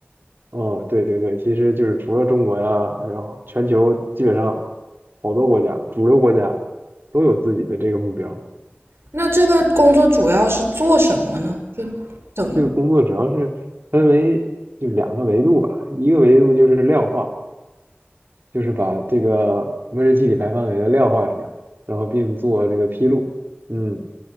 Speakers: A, on the right (about 60°); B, on the right (about 80°).
A: 哦，对对对，其实就是除了中国呀，还有全球基本上好多国家，主流国家都有自己的这个目标。
B: 那这个工作主要是做什么呢？就怎么
A: 这个工作主要是分为就两个维度吧，一个维度就是量化，就是把这个温室气体排放给它量化出来，然后并做这个披露。嗯，